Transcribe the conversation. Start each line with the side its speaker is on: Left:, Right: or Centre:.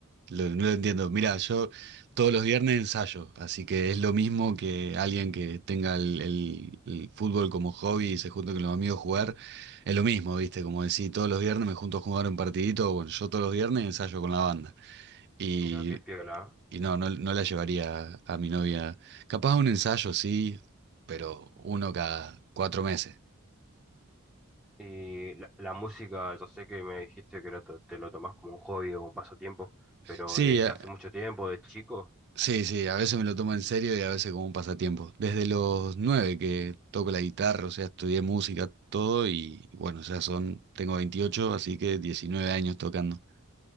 Right: Lo- no lo entiendo. Mira, yo todos los viernes ensayo, así que es lo mismo que alguien que tenga el, el- el fútbol como hobby y se junta con los amigos a jugar. Es lo mismo, ¿viste? Como decís, todos los viernes me junto a jugar un partidito. Bueno, yo todos los viernes ensayo con la banda. Y,
Centre: Mira qué piola.
Right: y no, no, no la llevaría a, mi novia. Capaz a un ensayo, sí, pero
Centre: ¿eh?
Right: uno cada cuatro meses.
Centre: Y la, la música, yo sé que me dijiste que lo to- te lo tomás como un hobby o un pasatiempo, pero
Right: Sí,
Centre: desde
Right: eh,
Centre: hace mucho tiempo, de chico.
Right: Sí, sí, a veces me lo tomo en serio y a veces como un pasatiempo. Desde los nueve que toco la guitarra, o sea, estudié música, todo y bueno, o sea, son, tengo 28, así que 19 años tocando.